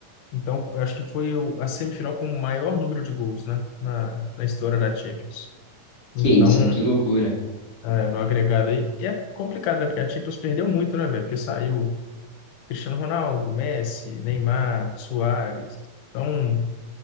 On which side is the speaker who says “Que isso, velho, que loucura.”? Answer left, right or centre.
Left